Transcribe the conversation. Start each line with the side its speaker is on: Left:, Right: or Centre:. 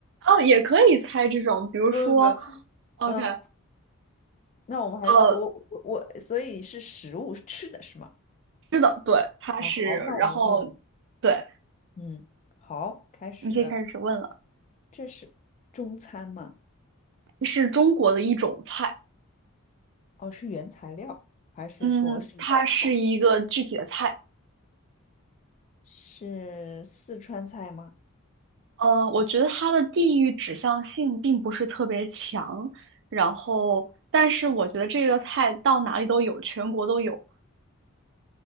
Right: 哦，也可以猜这种，比如说
Left: 没有没有，
Right: ，OK，
Left: 嗯，那我们还我我我，
Right: 呃，
Left: 所以是食物是吃的是吗？
Right: 是的，对，它是，
Left: 啊，好，那我们就
Right: 然后，对，
Left: 嗯，好，开始。
Right: 你可以开始问了，
Left: 这是中餐吗？
Right: 是中国的一种菜，
Left: 哦，是原材料，还是说是一道菜？
Right: 嗯，它是一个具体的菜，
Left: 是四川菜吗？
Right: 呃，我觉得它的地域指向性并不是特别强，然后，但是我觉得这个菜到哪里都有，全国都有，